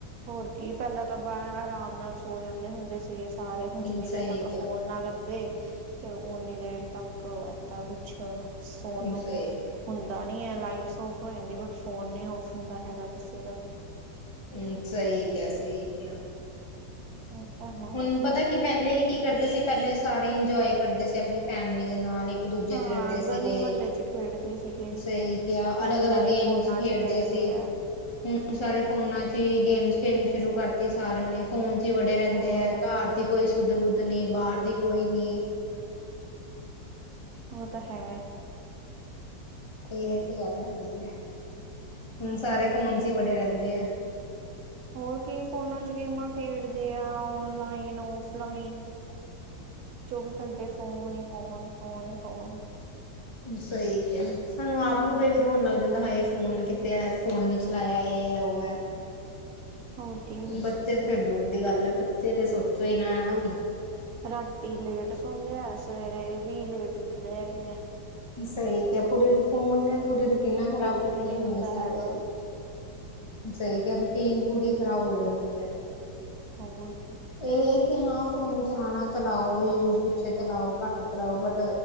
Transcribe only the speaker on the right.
ਹੋਰ ਕੀ ਪਹਿਲਾਂ ਤਾਂ ਬਾਹ ਆਰਾਮ ਨਾਲ ਸੋ ਜਾਂਦੇ ਹੁੰਦੇ ਸੀਗੇ। ਸਾਰੇ
ਹੁਣ ਜਿੰਨੀ
ਦੇਰ ਤੱਕ
ਫੋਨ ਨਾ ਲੱਭੇ ਤੇ ਓਨੀ ਦੇਰ ਤੱਕ ਤਾਂ ਕੁਛ ਸੋਨੂੰ
ਹੁੰਦਾ ਨੀ ਹੈ ਲਾਈਟ ਔਫ ਹੋ ਜਾਂਦੀ ਬਟ ਫੋਨ ਨੀ ਔਫ ਹੁੰਦਾ ਹੈਗਾ ਕਿਸੇ ਦਾ ਵੀ।
ਹੋਰ
<unintelligible>
ਹਾਂ
ਗਲੀ ਮਹੱਲੇ ਚ ਖੇਡਦੇ ਸੀਗੇ
ਹੁਣ
ਸਾਰੇ
ਫੋਨਾਂ ਚ ਖੇਡਦੇ
ਆ।
ਹੋਰ
ਹੋਰ
ਉਹ ਤਾਂ ਹੈ।
ਹੋਰ ਕੀ ਫੋਨਾਂ ਚ ਗੇਮਾਂ ਖੇਡਦੇ ਆ ਓਨਲਾਈਨ ਔਫਲਾਈਨ। ਚੌਵੀ ਘੰਟੇ ਫੋਨ ਹੀ ਫੋਨ ਫੋਨ ਹੀ ਫੋਨ।
ਹੋਰ ਕੀ
ਰਾਤੀ ਲੇਟ ਸੌਣਦੇ ਆ ਸਵੇਰੇ ਵੀ ਲੇਟ ਉੱਠਦੇ ਹੈਗੇ ਆ।
ਫਿਰ ਉੱਠ
ਨੀ
ਹੁੰਦਾ
ਹੈਗਾ
ਹੋਰ ਕੀ।